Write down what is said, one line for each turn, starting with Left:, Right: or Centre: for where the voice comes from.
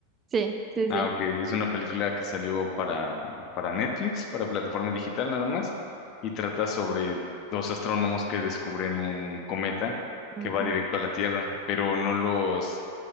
Right: Sí, sí,
Left: Ah,
Right: sí.
Left: ok, es una película que salió para, para Netflix, para plataforma digital nada más, y trata sobre dos astrónomos que descubren un cometa
Right: Ujú,
Left: que va directo a la Tierra, pero no los